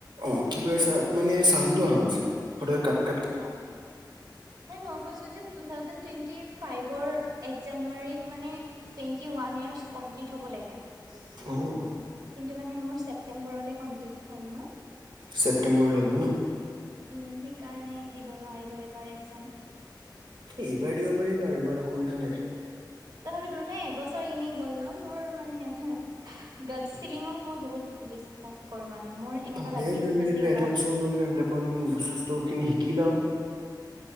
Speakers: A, on the right; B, on the right.
A: অ' কি কছা মানে চাউটো অহা নাছিল ফটকে কাত অ',
B: অ-অ, হেই মই কৈছিলো যে তুথাওজেন তুৱেন্তী ফাইভ ৰ এক জানুৱাৰী ট মানে টুৱেন্টি ওৱান ইয়াৰ্ছ কমপ্লিট হব লাগে।
A: অ',
B: কিন্তু মানে মোৰ চে ছেপ্টেম্বৰলৈ কমপ্লিট হ'ল ন।
A: ছেপ্তেম্বৰলৈ হ'ল
B: উম,
A: ন
B: সেইকাৰণে দিব নোৱাৰিলো। বাৰ এক্সাম।
A: এইবাৰ দিব পাৰিবা আৰু ইমান অসুবিধা নাই।
B: তথাপিতো নে এবছৰ এনেই গ'ল ন মোৰ মানে গ ফিলিঙক মই বহুত বিশ্বাস কৰো মানে। মোৰ এনেকুৱা
A: ভালে
B: লাগি
A: গৈ
B: আছিলে
A: মেলি
B: যে
A: পোলে
B: এইবাৰ
A: এটা বছৰ গ'ল গৈবলাকন বস্তু ষষ্টো খিনি শিকি লও।